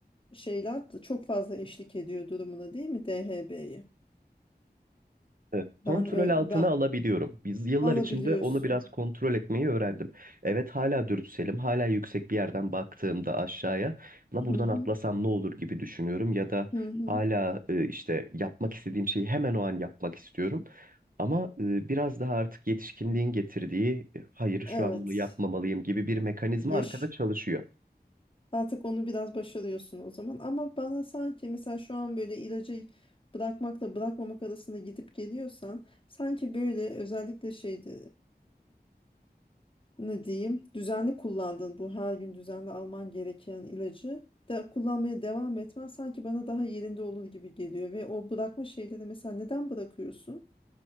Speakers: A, on the left (about 30°); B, on the right (about 55°).
A: şeyler de çok fazla eşlik ediyor durumuna değil mi DHB'yi?
B: Evet,
A: Ben
B: Kontrol
A: ö-
B: altına
A: ben
B: alabiliyorum. Biz yıllar
A: alabiliyorsun.
B: içinde onu biraz kontrol etmeyi öğrendim. Evet hala dürtüselim, hala yüksek bir yerden baktığımda aşağıya, la buradan
A: Hı hı,
B: atlasam ne olur gibi düşünüyorum ya da
A: hı hı.
B: hala e, işte yapmak istediğim şeyi hemen o an yapmak istiyorum. Ama e, biraz daha artık yetişkinliğin getirdiği, e, hayır
A: Evet.
B: şu an bunu yapmamalıyım gibi bir mekanizma
A: Yaş.
B: arkada çalışıyor.
A: Artık onu biraz başarıyorsun o zaman. Ama bana sanki mesela şu an böyle ilacı bırakmakla bırakmamak arasında gidip geliyorsan sanki böyle özellikle şeydi ne diyeyim düzenli kullandın bu her gün düzenli alman gereken ilacı da kullanmaya devam etmen sanki bana daha yerinde olur gibi geliyor ve o bırakma şeyleri mesela neden bırakıyorsun?